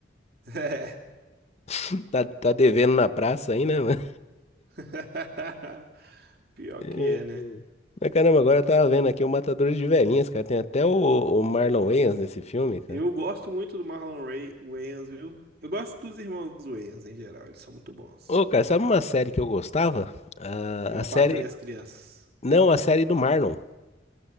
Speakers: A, on the right; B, on the left.
A: É.
B: <laughs> Tá, tá devendo na praça aí, né, mano?
A: <laughs> Pior
B: É.
A: que é, né?
B: Mas caramba, agora eu tava vendo aqui o Matadores de Velhinhas, cara. Tem até o, o Marlon Wayans nesse filme, cara.
A: Eu gosto muito do Marlon Ray Wayans, viu? Eu gosto dos irmãos Wayans em geral, eles são muito bons.
B: Ô, cara, sabe uma série que eu gostava? A,
A: Eu
B: a
A: apatrei
B: série.
A: as crianças.
B: Não, a série do Marlon.